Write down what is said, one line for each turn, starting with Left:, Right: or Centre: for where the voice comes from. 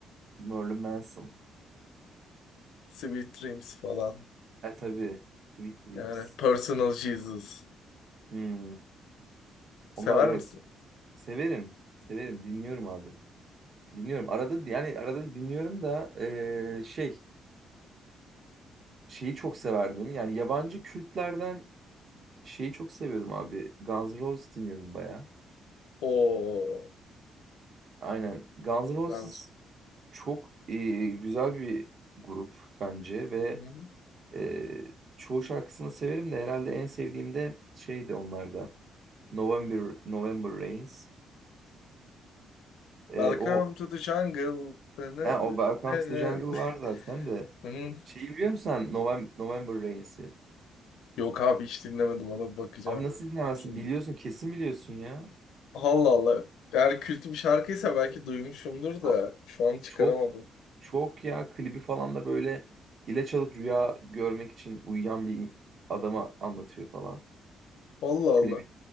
Right: Marilyn Manson.
Left: Sweet Dreams falan.
Right: E tabii. Sweet Dreams.
Left: Yani Personal Jesus.
Right: Hmm.
Left: Sever
Right: Onlar evet.
Left: misin?
Right: Severim. Severim. Dinliyorum abi. Dinliyorum. Arada yani arada dinliyorum da eee, şey şeyi çok severdim. Yani yabancı kültlerden şeyi çok seviyordum abi. Guns N' Roses dinliyordum baya.
Left: O.
Right: Aynen. Guns N' Roses
Left: Yanlış.
Right: çok eee, güzel bir grup bence ve
Left: Hı hı.
Right: eee, çoğu şarkısını severim de herhalde en sevdiğim de şeydi onlarda. November November Rains. Eee,
Left: Welcome
Right: o
Left: to the jungle. ne ne
Right: ha,
Left: ne.
Right: o Welcome to the Jungle
Left: ne-
Right: var zaten de.
Left: ne- <laughs>
Right: Şeyi biliyor musun sen? November, November Rains'i.
Left: Yok abi hiç dinlemedim ona bir bakacağım.
Right: Abi nasıl dinlemezsin?
Left: Şimdi
Right: Biliyorsun kesin biliyorsun ya.
Left: Allah Allah. Eğer kült bir şarkıysa belki duymuşumdur da
Right: A-
Left: şu an çıkaramadım.
Right: Çok çok ya klibi falan da böyle ilaç alıp rüya görmek için uyuyan bir adama anlatıyor falan
Left: Allah
Right: klibi.
Left: Allah.